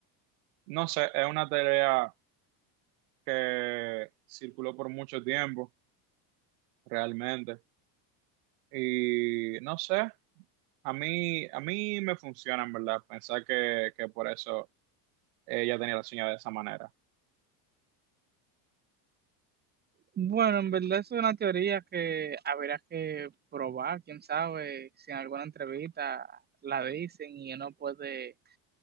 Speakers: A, on the right; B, on the right.
A: no sé, es una teoría que circuló por mucho tiempo realmente y no sé, a mí, a mí me funciona en verdad pensar que, que por eso ella tenía la señal de esa manera.
B: Bueno, en verdad es una teoría que habrá que probar, quién sabe, si en alguna entrevista la dicen y uno puede